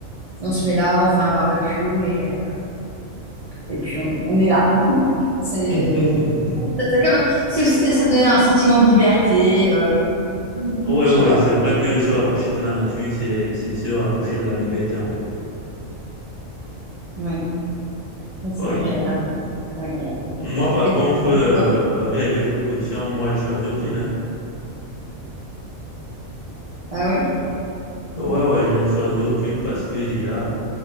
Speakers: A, on the right; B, on the left.
A: on se met là, on fait un barbecue et, euh, et puis on, on est là. C'est
B: <laughs>
A: c'est comme... c'est aussi, ça me donnait un sentiment de liberté. euh,
B: Ouais,
A: je
B: ouais,
A: sais pas.
B: c'est vrai que se rapprocher de la nature, c'est, c'est se rapprocher de la liberté, en fait.
A: Ouais, ouais, c'est
B: Ouais.
A: agréable. C'est agréable.
B: Moi, par
A: Et
B: contre,
A: toi, tu
B: euh,
A: fais quoi
B: parmi les deux propositions, moi, je choisis aucune. hein.
A: Ah oui?
B: Ouais, ouais, je ne choisis aucune parce que déjà,